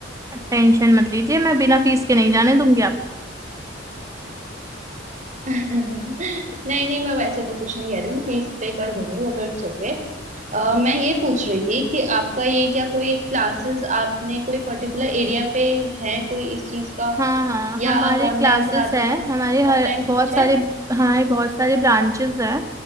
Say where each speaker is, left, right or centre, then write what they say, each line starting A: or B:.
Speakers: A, on the right; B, on the right.
A: टेंशन मत लीजिए मैं बिना फीस के नहीं जाने दूंगी आप
B: नहीं नहीं मैं वैसे तो कुछ नहीं कह रही हूँ मैं फीस पे कर दूंगी वो तो इट्स ओके मैं ये पूछ रही थी कि आपका ये क्या कोई क्लासेस आपने कोई पर्टिकुलर एरिया पे है कोई इस चीज का
A: हाँ हाँ
B: या
A: हमारी
B: आप ऑनलाइन
A: क्लासेस
B: कराते
A: हैं
B: हैं
A: हमारे हर
B: ऑफलाइन कुछ
A: बहुत सारे
B: है
A: हमारे बहुत सारे ब्रांचेस हैं